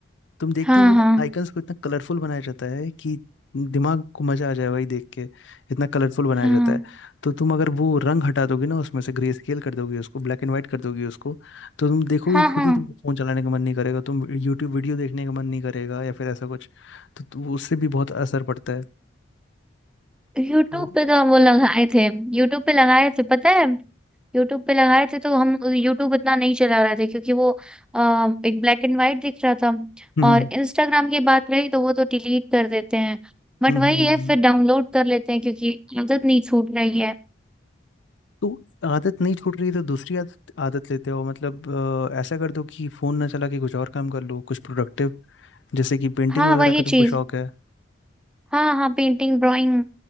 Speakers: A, on the left; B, in the centre.
A: तुम देखती
B: हाँ
A: हुई ना
B: हाँ
A: आइकन्स को इतना कलरफुल बनाया जाता है कि दिमाग को मजा आ जाए भाई देख के इतना कलरफुल बनाया
B: हाँ
A: जाता है तो तुम अगर वो रंग हटा दोगे ना उसमें से ग्रे स्केल कर दोगे उसको ब्लैक एंड व्हाइट कर दोगे उसको तो तुम देखोगे
B: हाँ
A: खुद
B: हाँ
A: ही तुमको फोन चलाने का मन नहीं करेगा तुम यूट्यूब वीडियो देखने का मन नहीं करेगा या फिर ऐसा कुछ तो, तो उससे भी बहुत असर पड़ता है
B: यूट्यूब
A: तो
B: पे तो वो लगाए थे यूट्यूब पे लगाए थे पता है यूट्यूब पे लगाए थे तो हम यूट्यूब इतना नहीं चला रहे थे क्योंकि वो आ, एक ब्लैक एंड वाइट दिख रहा था
A: हम्म
B: और
A: हम्म
B: इंस्टाग्राम की बात रही तो वो तो डिलीट कर देते हैं बट
A: हम्म,
B: वही
A: हम्म। हम्म,
B: है
A: हम्म।
B: फिर डाउनलोड कर लेते हैं क्योंकि आदत नहीं छूट रही है
A: तो आदत नहीं छूट रही तो दूसरी आदत आदत लेते हो मतलब अ, ऐसा कर दो कि फोन ना चला के कुछ और काम कर लो कुछ प्रोडक्टिव जैसे कि पेंटिंग
B: हाँ
A: वगैरह
B: वही
A: का तुमको
B: चीज
A: शौक है
B: हाँ हाँ पेंटिंग ड्राइंग